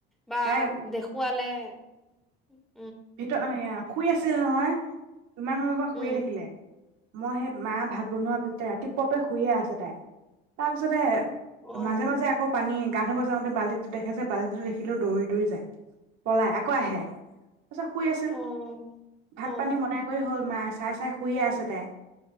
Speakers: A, in the centre; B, on the right (about 60°).
A: বা
B: তাই
A: দেখুৱালে। <unintelligible>
B: ভিতৰ শুই আছিল নহয়। ইমান সময়ৰ পৰা শুইয়ে
A: উম
B: থাকিলে মই সেই মা ভাত বনোৱা পিছতে ৰাতিপুৱা পৰা শুইয়ে আছে তাই, তাৰ পিছতে
A: অ
B: মাজে মাজে আকৌ পানী গা ধুব যাওঁতে বাল্টিটো দেখে যে বাল্টিটো দেখিলেও দৌৰি দৌৰি যায়। পলাই, আকৌ আহে। তাৰপিছত শুই আছিল,
A: অ
B: ভাত
A: অ
B: পানী বনাই কৰি হ'ল, মা চাই চাই শুইয়ে আছে তাই।